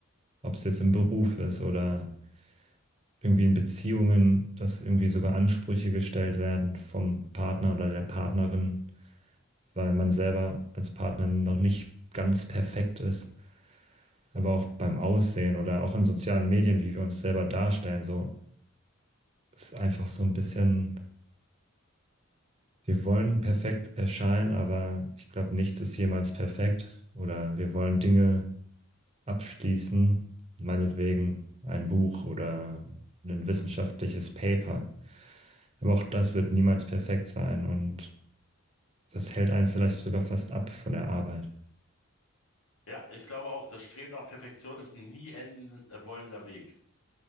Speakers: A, on the right; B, on the left.
A: ob es jetzt im Beruf ist oder irgendwie in Beziehungen, dass irgendwie sogar Ansprüche gestellt werden vom Partner oder der Partnerin, weil man selber als Partner noch nicht ganz perfekt ist. Aber auch beim Aussehen oder auch in sozialen Medien, wie wir uns selber darstellen, so ist einfach so ein bisschen Wir wollen perfekt erscheinen, aber ich glaube, nichts ist jemals perfekt. Oder wir wollen Dinge abschließen, meinetwegen ein Buch oder ein wissenschaftliches Paper. Aber auch das wird niemals perfekt sein und das hält einen vielleicht sogar fast ab von der Arbeit.
B: Ja, ich glaube auch, das Streben nach Perfektion ist ein nie enden äh, wollender Weg.